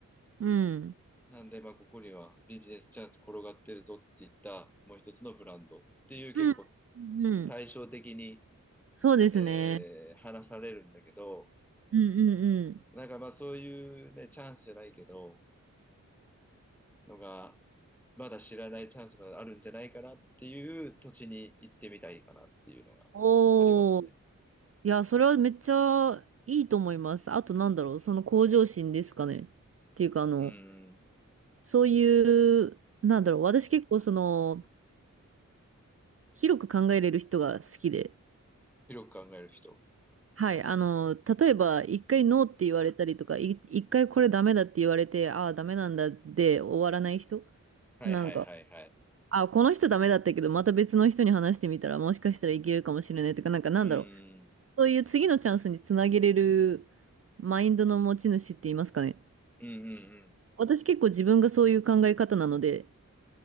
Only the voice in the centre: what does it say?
なんで、まあ、ここにはビジネスチャンス転がってるぞって言ったもう一つのブランドっていう結構
対照的に、
えー話されるんだけど、
なんかまあそういうね、チャンスじゃないけど、のが、まだ知らないチャンスがあるんじゃないかなっていう土地に行ってみたいかなっていうのがありますね。
うん。
広く考える人。
はいはいはいはい。
うん。
うんうんうん。